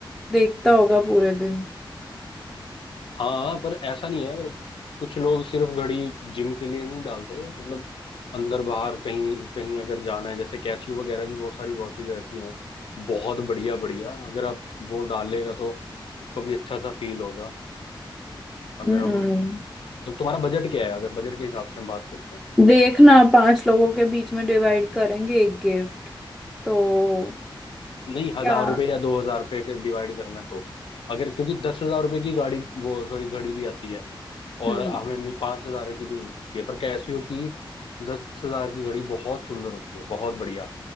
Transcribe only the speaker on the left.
हाँ हाँ, पर ऐसा नहीं है मतलब कुछ लोग सिर्फ घड़ी जिम के लिए नहीं डालते मतलब अंदर बाहर कहीं कहीं अगर जाना है जैसे कैसियो वगैरह की बहुत सारी वॉचेज ऐसी हैं बहुत बढ़िया बढ़िया अगर आप वो डालेगा तो उसको भी अच्छा सा फील होगा अगर
हम तो तुम्हारा बजट क्या है अगर बजट के हिसाब से हम बात करते हैं
नहीं हजार
रुपये या दो हजार रुपये डिवाइड करना है तो अगर क्योंकि दस हजार रुपये की गाड़ी वो सॉरी घड़ी भी आती है
और हमें पांच हजार की भी मिल सकती है पर कैसियो की दस हजार की घड़ी बहुत सुंदर होती है बहुत बढ़िया